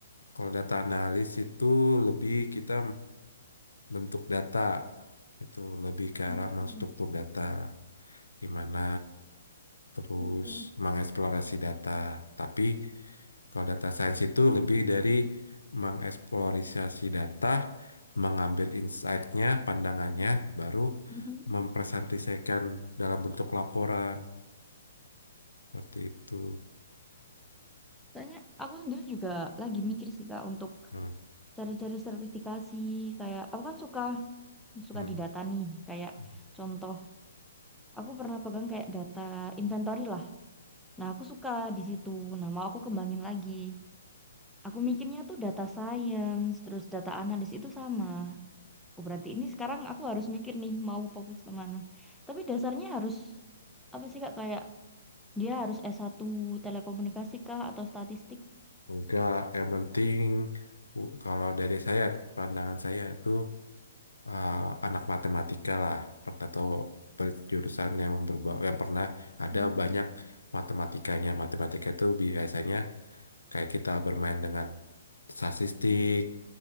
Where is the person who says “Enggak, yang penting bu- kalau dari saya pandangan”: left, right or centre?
Left